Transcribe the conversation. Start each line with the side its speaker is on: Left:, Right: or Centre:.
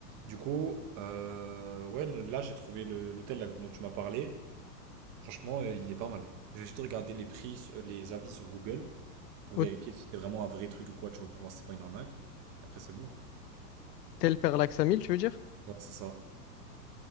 Right: Du coup, euh, ouais, le- là j'ai trouvé le- l'hôtel là dont tu m'as parlé. Franchement, euh, il est pas mal. Je vais juste regarder les prix, sur- les avis sur Google pour
Left: Hôtel
Right: vérifier si c'est vraiment un vrai truc ou quoi. Tu vas pouvoir, c'est pas une arnaque. Après, c'est bon. hein.
Left: Parallax à tu veux dire?
Right: Ouais, c'est ça.